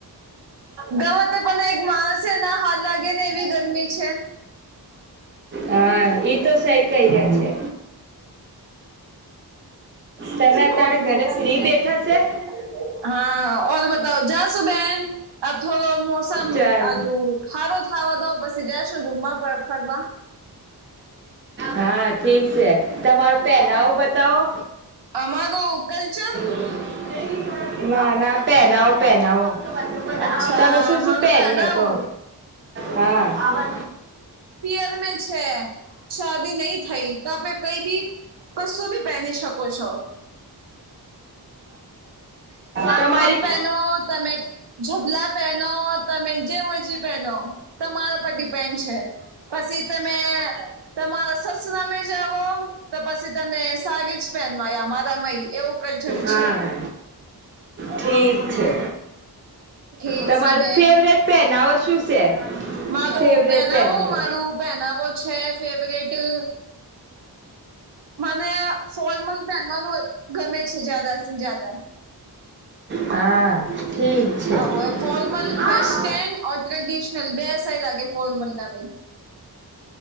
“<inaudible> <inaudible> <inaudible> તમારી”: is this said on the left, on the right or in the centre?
Right